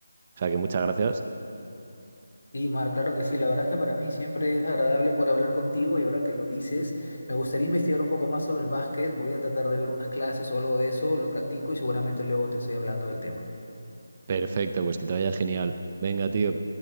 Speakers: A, on the right (about 25°); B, on the left (about 60°).
A: O sea, que muchas gracias.
B: Y Mar, claro que sí, la verdad es que para mí siempre es agradable por hablar contigo y ahora que lo dices, me gustaría investigar un poco más sobre el básquet, voy a tratar de ver unas clases o algo de eso, lo practico y seguramente luego te estoy hablando del tema.
A: Perfecto, pues que te vaya genial. Venga, tío.